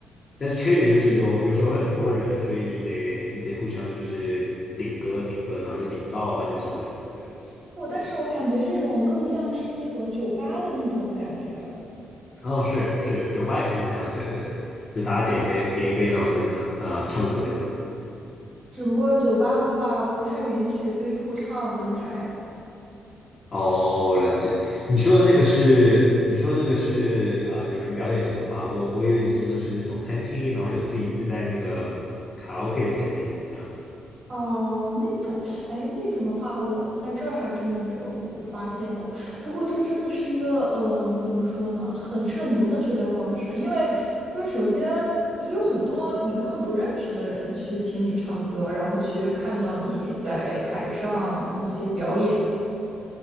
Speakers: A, on the left (about 30°); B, on the right (about 40°).
A: 但是缺点就是有有时候有很多人，所以你得你得互相就是顶歌顶歌，然后就顶不到的话你就唱不了。对，
B: 我但是我感觉这种更像是那种酒吧的那种感觉。
A: 哦，是是，酒吧也是像这样，对对对，就大家点杯点一杯，然后在那边喝呃唱歌这样。
B: 只不过酒吧的话不太允许非驻唱登台。
A: 哦，了解。你说的那个是你说的那个是呃有人表演的酒吧，我我以为你说的是那种餐厅，然后有自己自带那个卡拉 OK 的餐厅这样。
B: 哦，那种，哎，那种的话，我在这儿还真的没有发现过。不过这真的是一个，嗯，怎么说呢，很社牛的社交方式，因为，因为首先你有很多你根本不认识的人去听你唱歌，然后去看到你在台上一些表演。